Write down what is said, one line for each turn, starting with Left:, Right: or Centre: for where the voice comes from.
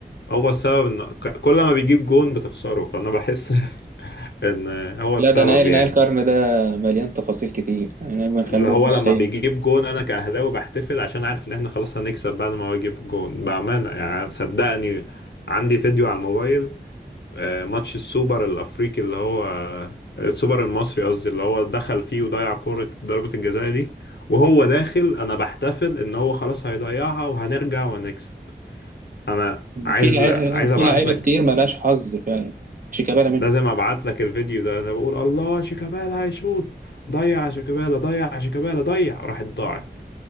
Left: هو السبب ان ك- كل ما بيجيب جون بتخسروا فانا بحس <laughs> ان هو السبب
Right: لا ده نهاية
Left: يعني
Right: نهاية القرن ده مليان تفاصيل كتير يعني ما نخلوهم
Left: اللي هو
Right: بقى
Left: لما
Right: ايه
Left: بيجيب جون انا كأهلاوي بحتفل عشان عارف ان احنا خلاص هنكسب بعد ما هو يجيب جون بأمانة يعني صدقني عندي فيديو على الموبايل آه، ماتش السوبر الافريقي اللي هو آه، السوبر المصري قصدي اللي هو دخل فيه وضيع كرة ضربة الجزاء دي وهو داخل انا بحتفل ان هو خلاص هيضيعها وهنرجع وهنكسب انا عايز
Right: في لعيبة
Left: عايز ابعت
Right: في لعيبة
Left: لك
Right: كتير مالهاش حظ فعلا شيكابالا منهم
Left: لازم ابعت لك الفيديو ده انا بقول الله شيكابالا هيشوط ضيع يا شيكابالا ضيع يا شيكابالا ضيع راحت ضاعت